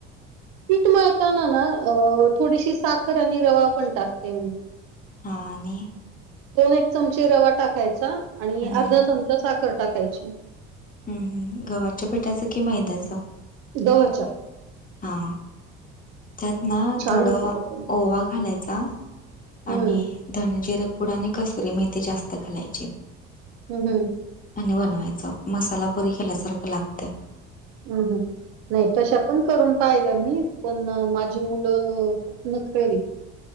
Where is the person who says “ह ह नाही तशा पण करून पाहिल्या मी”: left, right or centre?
Right